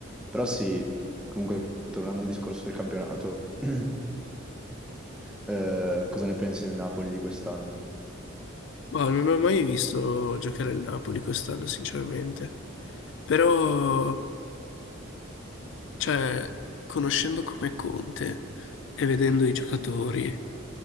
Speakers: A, in the centre; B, on the left.
A: Però sì, comunque tornando al discorso del campionato, <clears throat> eh, cosa ne pensi del Napoli di quest'anno?
B: Ma non ho mai visto giocare il Napoli quest'anno, sinceramente. Però, cioè, conoscendo come Conte e vedendo i giocatori,